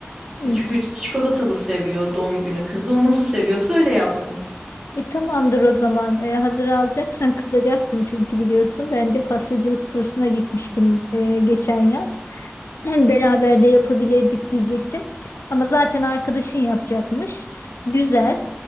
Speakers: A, on the left (about 85°); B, on the right (about 15°).
A: Hı.
B: E, çünkü çikolatalı seviyor doğum günü kızı. O nasıl seviyorsa öyle yaptım.
A: E, tamamdır o zaman. E, hazır alacaksan kızacaktım çünkü biliyorsun ben de pastacılık kursuna gitmiştim e, geçen yaz. <clears throat> Beraber de yapabilirdik diyecektim. Ama zaten arkadaşın yapacakmış. Güzel.